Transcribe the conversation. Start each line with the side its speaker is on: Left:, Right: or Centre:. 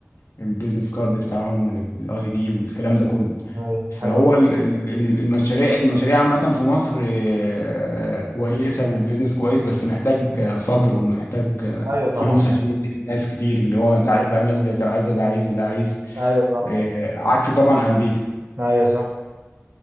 Left: البيزنس كارد بتاعهم والاي دي والكلام ده كله
Right: ايوه
Left: فهو
Right: حلو جدا
Left: ال- ال- ال- المشاريع المشاريع عامه في مصر آه، كويسه والبيزنس كويس بس محتاج آه، صبر ومحتاج آه،
Right: ايوه طبعا
Left: فلوس عشان يدي الناس كتير اللي هو انت عارف بقى الناس بقت عايزه ده عايز وده عايز
Right: ايوه صح
Left: آه، عكس طبعا امريكا
Right: ايوه صح